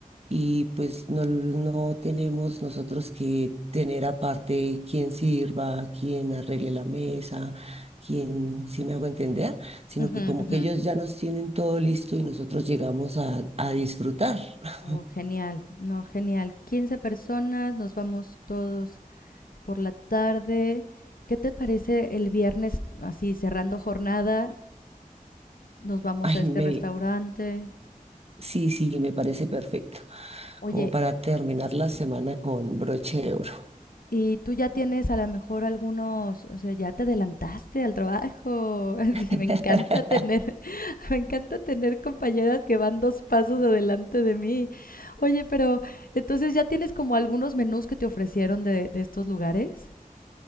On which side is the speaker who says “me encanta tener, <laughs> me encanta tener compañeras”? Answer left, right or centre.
Left